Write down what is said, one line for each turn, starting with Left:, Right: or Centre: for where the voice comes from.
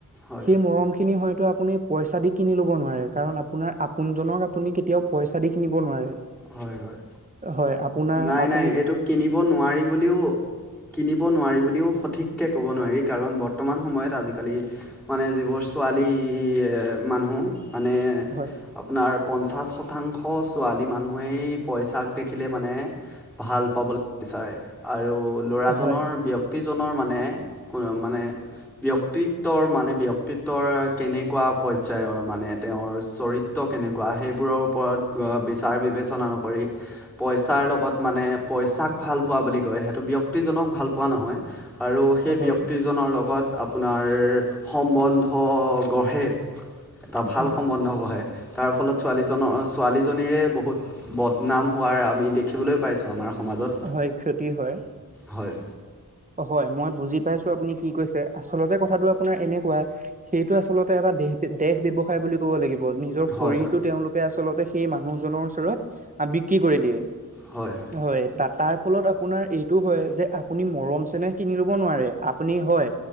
Centre: হয়
Right: সেই মৰম খিনি হয়তো আপুনি পইচা দি কিনি লব নোৱাৰে, কাৰণ আপোনাৰ আপোনজনক আপুনি কেতিয়াও প‌ইচা দি কিনিব নোৱাৰে।
Centre: হয় হয়
Right: হয় আপোনাৰ
Centre: নাই
Right: আপো
Centre: নাই এইটো কিনিব নোৱাৰি বুলিও কিনিব নোৱাৰি বুলিও সঠিককৈ ক'ব নোৱাৰি কাৰণ বৰ্তমান সময়ত আজিকালি মানে যিবোৰ ছোৱালী মানুহ মানে
Right: হয়
Centre: আপোনাৰ পঞ্চাছ শতাংশ ছোৱালী মানুহেই পইচাক দেখিলে মানে ভাল পাবলৈ বিচাৰে আৰু ল'ৰাজনৰ
Right: হয়
Centre: ব্যক্তি জনৰ মানে ক মানে ব্যক্তিত্বৰ মানে ব্যক্তিত্বৰ কেনেকোৱা পৰ্যায় পৰ্যায়ৰ মানে তেওঁৰ চৰিত্ৰ কেনেকোৱা সেইবোৰৰ ওপৰত বিচাৰ বিবেচনা নকৰি পইচাৰ লগত মানে পইচাক ভাল পোৱা বুলি কয় সেইটো ব্যক্তিজনক ভাল পোৱা নহয়। আৰু সেই
Right: হয়
Centre: ব্যক্তিজনৰ লগত আপোনাৰ সম্বন্ধ গঢ়ে। এটা ভাল
Right: হয়
Centre: সম্বন্ধ গঢ়ে, তাৰ ফলত ছোৱালীজন ছোৱালীজনীৰে বহুত বদনাম হোৱাৰ আমি দেখিবলৈ পাইছোঁ আমাৰ সমাজত
Right: হয় ক্ষতি হয়
Centre: হয়
Right: হয় মই বুজি পাইছো আপুনি কি কৈছে। আচলতে কথাটো আপোনাৰ এনেকোৱা সেইটো আচলতে এটা দেহ দেহ ব্যৱসায় বুলি ক'ব লাগিব নিজৰ শৰীৰটো
Centre: হয় হয়
Right: তেওঁলোকে আচলতে সেই মানুহজনৰ ওচৰত বিক্ৰী কৰি দিয়ে।
Centre: হয়
Right: হয় তা তাৰ ফলত আপোনাৰ এইটো হয় যে আপুনি মৰম চেনেহ কিনি লব নোৱাৰে আপুনি হয়